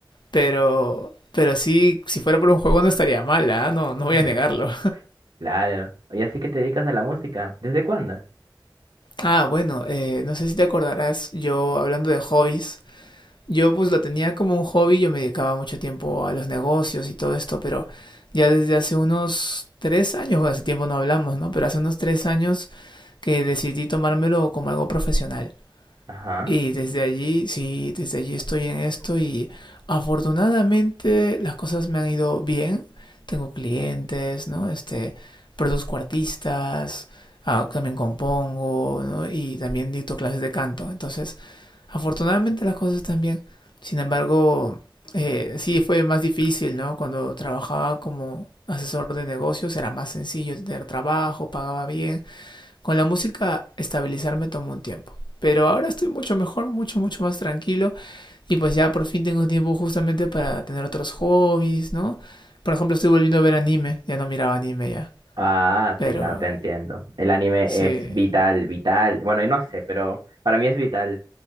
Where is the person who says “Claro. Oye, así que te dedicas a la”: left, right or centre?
Right